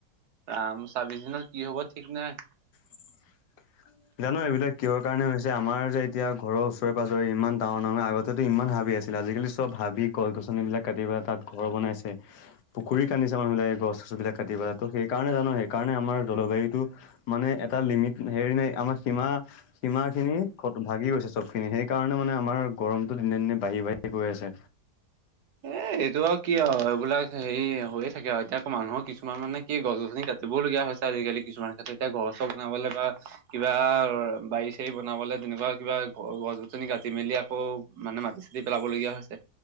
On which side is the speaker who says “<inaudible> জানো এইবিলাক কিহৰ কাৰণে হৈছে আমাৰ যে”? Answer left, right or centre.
Left